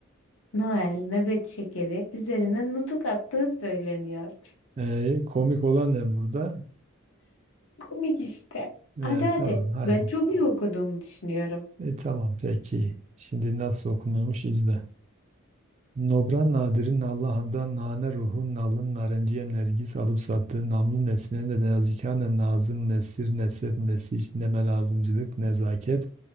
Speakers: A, on the left (about 75°); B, on the right (about 30°).
A: Noel, nöbet şekeri üzerine nutuk attığı söyleniyor.
B: E, komik olan ne burada?
A: Komik işte.
B: E,
A: Hadi hadi.
B: tamam hadi.
A: Ben çok iyi okuduğumu düşünüyorum.
B: E, tamam peki. Şimdi nasıl okunuyormuş izle. Nobran Nadir'in Allahan'dan nane ruhun nalın narenciye nergis alıp sattığı namlı nesline de nazikane nazım nesir nesep nesiş neme lazımcılık nezaket